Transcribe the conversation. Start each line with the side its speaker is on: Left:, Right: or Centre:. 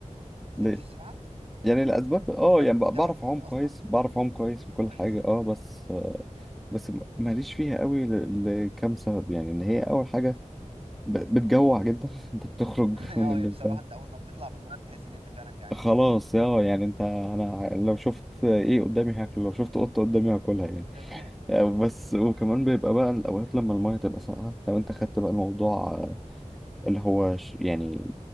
Right: ما بتحبش
Centre: ليه
Right: السباحه
Centre: يعني الاسباب اه
Right: انت
Centre: يعني ب-
Right: بتعرف
Centre: بعرف
Right: تعوم
Centre: اعوم
Right: اصلا
Centre: كويس بعرف اعوم كويس وكل
Right: كويس
Centre: حاجه اه بس آه
Right: تمام
Centre: بس م- ماليش فيها قوي ل- لكام سبب يعني ان هي اول حاجه ب- بتجوع جدا <laughs> انت بتخرج
Right: <laughs>
Centre: من
Right: اه
Centre: اللي
Right: هي بصراحه
Centre: انت
Right: انت اول ما بتطلع من الميه بتحس ان انت فعلا جعان
Centre: خلاص يا يعني انت انا لو شفت ايه قدامي هاكله لو شفت قطه قدامي هاكلها يعني
Right: تمام
Centre: آه، بس وكمان بيبقى بقى الاوقات لما المايه تبقى ساقعه لو انت خدت بقى الموضوع اللي هو ش- يعني